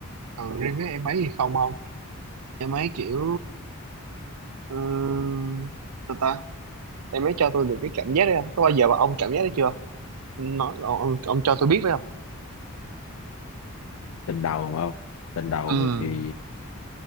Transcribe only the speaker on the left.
tình đầu mà không tình đầu
thì